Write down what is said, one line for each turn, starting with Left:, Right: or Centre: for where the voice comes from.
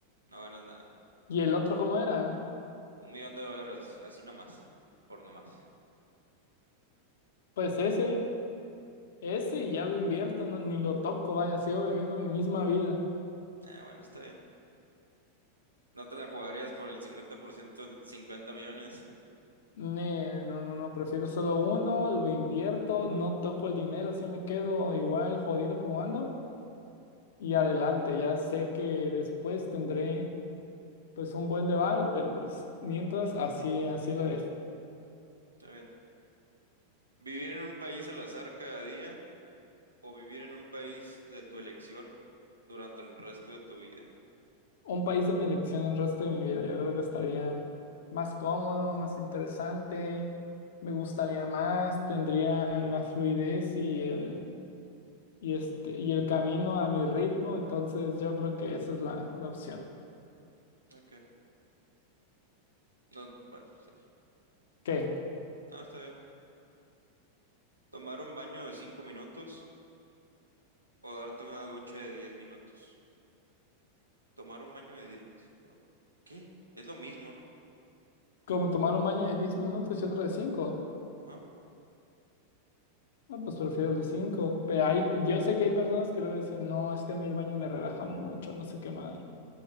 Right: no ganas nada.
Left: ¿Y el otro cómo era?
Right: Un millón de dólares, así así nomás, por nomás.
Left: Pues ese, ese y ya lo invierto, no, ni lo toco, vaya, sigo viviendo mi misma vida.
Right: Ah, bueno, está bien. No te la jugarías por el 50% el 50 millones.
Left: Ne- No, no, no, prefiero solo uno, lo invierto, no toco el dinero, así me quedo igual jodido como ando. Y adelante, ya sé que después tendré pues un buen de varo, pero pues mientras así, así lo dejo.
Right: Está bien. Vivir en un país al azar cada día o vivir en un país de tu elección durante el resto de tu vida.
Left: un país de mi elección el resto de mi vida. Yo creo que estaría más cómodo, más interesante, me gustaría más, tendría la fluidez y el, y este, y el camino a mi ritmo. Entonces yo creo que esa es la, la opción.
Right: Ok. No, bueno, sí.
Left: ¿Qué?
Right: No, está bien. Tomar un baño de 5 minutos o darte una ducha de 10 minutos. Tomar un baño de 10 minutos. Sí. ¿Qué? Es lo mismo, ¿no?
Left: ¿Como tomar un baño de diez minutos y otro de cinco
Right: Ajá.
Left: No, pues prefiero el de cinco Pero hay, yo sé que hay personas que luego dicen, no, es que a mí el baño me relaja mucho, no sé qué madre.